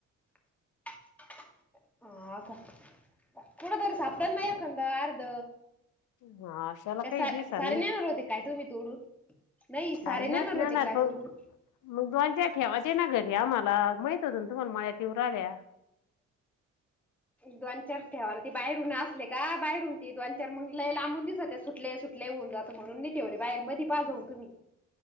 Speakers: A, in the centre; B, on the left.
A: <unintelligible> हा का कुणार सापड मकंद अर्ध
B: हा अशाला
A: काय
B: काही
A: स
B: दिवसांनी
A: सारे नेणार होते काय तुम्ही तोडून नाही सारे
B: मरेल
A: नेणार
B: होत
A: होते
B: नाणार
A: काय
B: प
A: तोडून
B: मग दोनच्या ठेवाचे ना घरी आम्हाला माहित होत ना तुम्हाला माळ्या तीवर आल्या
A: दोनचार ठेवाला ती बारून असले का बाहेरून ती दोनचार मग ल लांबून दिसते सुटले सुटले म्हणून ठेवले बाहेर मध्ये पाजवून तुम्ही